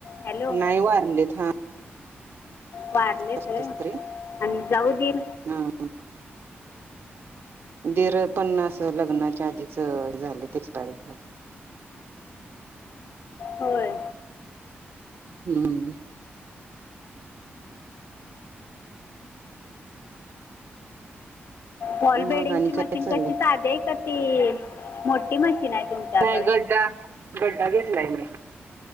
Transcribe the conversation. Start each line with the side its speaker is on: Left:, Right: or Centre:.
Left: हॅलो
Right: नाही वारलेत हा.
Left: वारले
Right: सासरे
Left: तर आणि जाऊ दीर
Right: हा. दीर पण अस लग्नाच्या आधीच हे झाले एक्सपायर झालेत.
Left: होय
Right: हम्
Left: फॉल बेडिंगची
Right: मग आणि
Left: मशीन
Right: काय चाललंय
Left: कशी साधी आहे का ती मोठी मशीन आहे. तुमच्याकडं
Right: नाही गड्डा- गड्डा घेतलाय मी